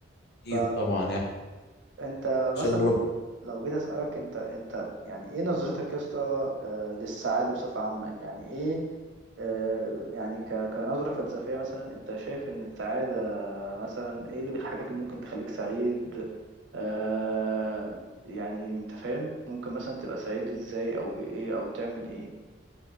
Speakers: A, on the left (about 55°); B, on the right (about 65°).
A: أكيد
B: ف
A: طبعا يعني إن
B: انت
A: شاء
B: مثلا
A: الله رب-
B: لو جيت اسالك انت انت يعني ايه نظرتك يا اسطى آه، للسعاده بصفه عامه يعني ايه آه، يعني ك- كنظره فلسفيه مثلا انت شايف ان السعاده مثلا ايه اللي الحاجات اللي ممكن تخليك سعيد آه، يعني انت فاهم ممكن مثلا تبقى سعيد ازاي او بايه او تعمل ايه